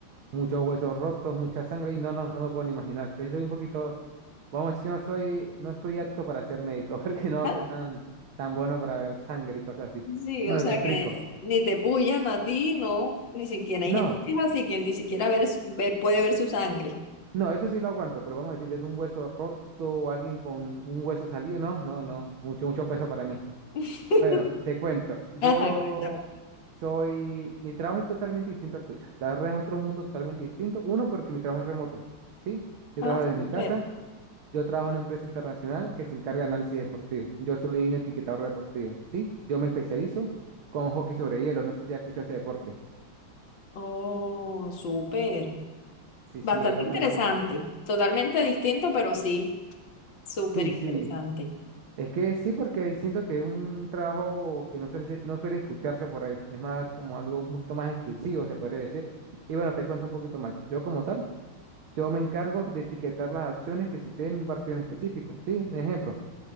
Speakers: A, on the right; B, on the left.
A: muchos huesos rotos, mucha sangre y no, no, no me puedo ni imaginar. Yo sí soy un poquito Vamos, a decir, yo no soy, no estoy apto para ser médico, <laughs> porque no
B: Ah,
A: soy tan, tan bueno para ver sangre y cosas así.
B: Sí,
A: Bueno,
B: o sea
A: te explico.
B: que ni te pullan a ti, no, ni siquiera hay
A: No,
B: gente que es así que ni siquiera ver, su- ve- puede ver su sangre.
A: no, eso sí lo aguanto, pero vamos a decir, ver un hueso roto o alguien con un hueso salido, no, no, no, mucho, mucho peso para mí.
B: <laughs>
A: Bueno, te cuento, yo
B: Ajá, cuéntame.
A: soy, mi trabajo es totalmente distinto al tuyo. La verdad es otro mundo totalmente distinto. Uno, porque mi trabajo es remoto, ¿sí? Yo
B: Ah,
A: trabajo desde
B: súper.
A: mi casa Yo trabajo en una empresa internacional que se encarga de análisis deportivo. Yo soy un etiquetador deportivo, ¿sí? Yo me especializo con hockey sobre hielo. No sé si has escuchado ese deporte.
B: Oh, súper.
A: Sí,
B: Bastante
A: sí, es bastante.
B: interesante, totalmente distinto, pero sí, súper
A: Sí,
B: interesante.
A: sí. Es que sí, porque siento que es un trabajo que no suele, se- no suele escucharse por ahí. Es más como algo un poquito más exclusivo, se podría decir. Y bueno, te cuento un poquito más. Yo como tal, yo me encargo de etiquetar las acciones que suceden en un partido en específico, ¿sí? Un ejemplo.